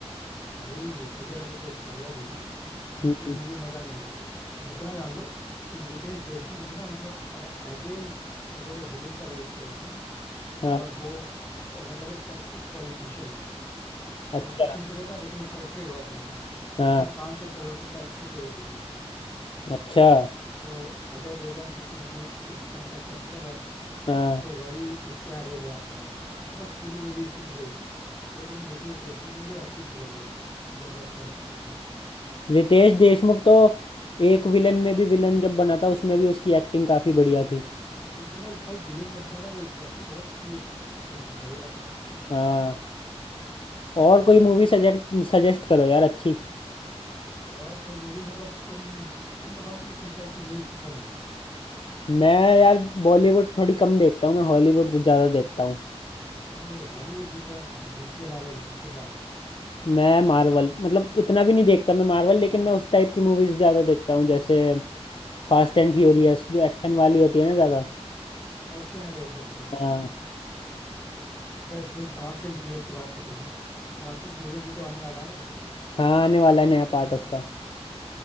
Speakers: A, on the left; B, on the left.
A: भाई लिटरली अगर तुमको स्पॉइलर दूं ना तुम्हें
B: हम्म
A: फिर मूवी मजा नहीं आएगा बस इतना जान लो कि रितेश देशमुख ने ना मतलब एज ए क्या बोलते हैं विलेन का रोल किया है इसमें
B: हाँ
A: और वो अ, मतलब एक करप्टेड पॉलिटिशियन है पॉलिटिशियन
B: अच्छा
A: तो रहता है लेकिन वो करप्टेड बहुत रहता है
B: हाँ
A: उसने 500 करोड़ के टैक्स की चोरी की थी
B: अच्छा
A: तो अजय देवगन क्योंकि इसमें इनकम टैक्स ऑफिसर है
B: हाँ
A: तो वही उसके यहाँ रेड मारता है तो बस पूरी मूवी इसी पे बेस्ड है लेकिन रितेश देशमुख ने जो एक्टिंग की है भाई जबरदस्त एकदम
B: रितेश देशमुख तो एक विलन में भी विलन जब बना था उसमें भी उसकी एक्टिंग काफ़ी बढ़िया थी
A: भाई जो भाई भाई विलन बनता है ना वो एग्जैक्टली exactly बहुत अच्छी एक्टिंग करता है ये बात तो है
B: हाँ और कोई मूवी सजेस्ट सजेस्ट करो यार अच्छी
A: और कोई मूवी मतलब तुम तुम बताओ तुम्हें किस टाइप की मूवीज पसंद है
B: मैं यार बॉलीवुड थोड़ी कम देखता हूँ मैं हॉलीवुड तो ज़्यादा देखता हूँ
A: ओ हॉलीवुड में कौन सी डीसी या मार्वल किसके फैन
B: मैं मार्वल मतलब इतना भी नहीं देखता मैं मार्वल लेकिन मैं उस टाइप की मूवीज़ ज़्यादा देखता हूँ जैसे फास्ट एंड फ्यूरियस जो
A: हो
B: एक्शन वाली होती है ना ज़्यादा
A: एक्शन एडवेंचर पसंद करना
B: हाँ
A: है अगर फास्ट एंड फ्यूरियस की बात की तुमने तो फास्ट एंड फ्यूरियस भी तो आने वाला है
B: हाँ आने वाला है नया पार्ट उसका